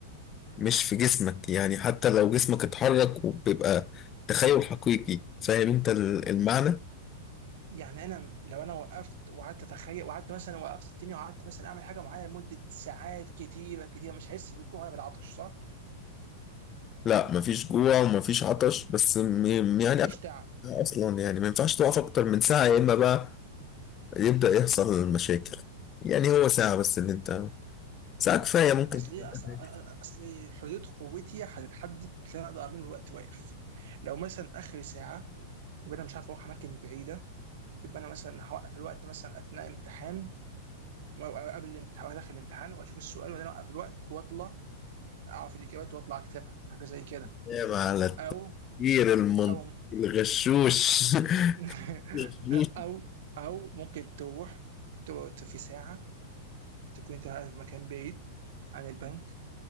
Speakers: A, on the left; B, on the right.
A: مش في جسمك يعني حتى لو جسمك اتحرك وبيبقى تخيل حقيقي فاهم انت ال- المعنى
B: يعني انا لو انا وقفت وقعدت اتخيل وقعدت مثلا وقفت الدنيا وقعدت مثلا اعمل حاجة معينة لمدة ساعات كتيرة كتيرة مش هحس بالجوع ولا بالعطش صح؟
A: لا مفيش جوع ومفيش عطش بس م- يعني
B: مفيش
A: أكل
B: تعب
A: اصلا يعني ما ينفعش تقف اكتر من ساعة يا اما بقى يبدأ يحصل المشاكل يعني هو ساعة بس اللي انت ساعة كفاية ممكن
B: اصلي
A: تعمل
B: أص- اصلي حدود قوتي هتتحدد باللي انا اقدر اعمله الوقت واقف لو مثلا اخر ساعه يبقى انا مش عارف اروح اماكن بعيده يبقى انا مثلا هوقف الوقت مثلا اثناء امتحان و- أو قبل الامتحان وأنا داخل الامتحان واشوف السؤال وبعدين اوقف الوقت واطلع اعرف الاجابات واطلع اكتبها حاجه زي كده
A: تنام على
B: او
A: التفكير المنطقي
B: او
A: الغشوش
B: <laughs>
A: <laughs>
B: او او ممكن تروح تقعد في ساعه تكون انت قاعد في مكان بعيد عن البنك